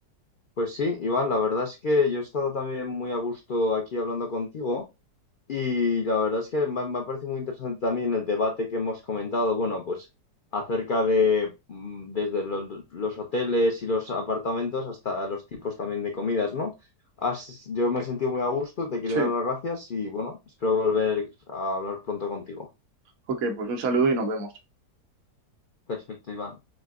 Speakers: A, on the left; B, on the right.
A: Pues sí, Iván, la verdad es que yo he estado también muy a gusto aquí hablando contigo y la verdad es que me, ha me ha parecido muy interesante también el debate que hemos comentado, bueno, pues acerca de mm, desde lo- los hoteles y los apartamentos hasta los tipos también de comidas, ¿no? Has- yo me he sentido muy a gusto, te quería
B: Sí,
A: dar las gracias y bueno, espero volver a hablar pronto contigo.
B: ok, pues un saludo y nos vemos.
A: Perfecto, Iván.